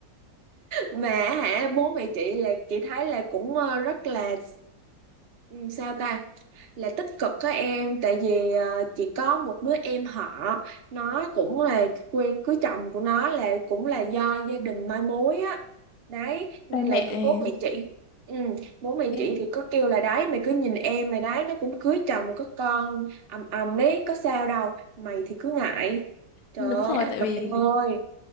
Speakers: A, on the right; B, on the left.
A: mà hả bố mẹ chị là chị thấy là cũng ờ, rất là Ừ, sao ta là tích cực có em tại vì ờ, chỉ có một đứa em họ nó cũng là quen cưới chồng của nó là cũng là do gia đình mai mối á đấy nên
B: ba
A: là
B: mẹ
A: cứ bố mẹ chị ừ, bố mẹ
B: em
A: chị thì có kêu là đấy mày cứ nhìn em mày đấy nó cũng cưới chồng có con ầm ầm đấy có sao đâu mày thì cứ ngại trời
B: Đúng
A: ơi
B: rồi,
A: áp
B: tại
A: lực
B: vì
A: em ơi